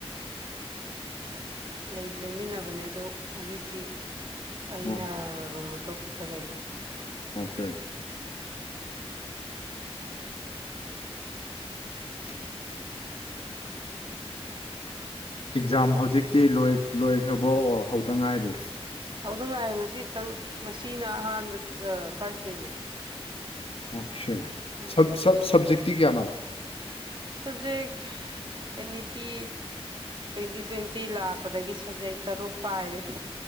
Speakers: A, on the right; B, on the left.
A: ꯂꯩ ꯂꯩꯃꯤꯟꯅꯕꯅꯦ ꯑꯗꯣ ꯍꯧꯖꯤꯛꯇꯤ ꯑꯩꯅ
B: ꯑꯣ
A: ꯔꯨꯝ ꯑꯇꯣꯞꯄꯗ ꯂꯩꯕ
B: ꯑꯣꯀꯦ <inaudible> ꯑꯦꯛꯖꯥꯝ ꯍꯧꯖꯤꯛꯇꯤ ꯂꯣꯏ ꯂꯣꯏꯈ꯭ꯔꯕ꯭ꯔꯣ ꯑꯣꯔ ꯍꯧꯗ ꯉꯥꯏꯔꯤ
A: ꯍꯧꯗ ꯉꯥꯏꯔꯦ ꯉꯁꯤꯇꯪ ꯉꯁꯤꯅ ꯑꯍꯥꯟꯕ ꯑ ꯐꯥꯔꯁ ꯗꯦꯅꯦ
B: ꯑꯣꯀꯦ
A: ꯑꯍꯥꯟꯕ
B: ꯁꯕ
A: ꯅꯨꯃꯤꯠ
B: ꯁꯕ ꯁꯕꯖꯦꯛꯇꯤ ꯀꯌꯥꯅꯣ
A: subject N E P twenty twenty ꯂꯥꯛꯄꯗꯒꯤ ꯁꯕꯖꯦꯛ ꯇꯔꯨꯛ ꯄꯥꯏꯔꯦ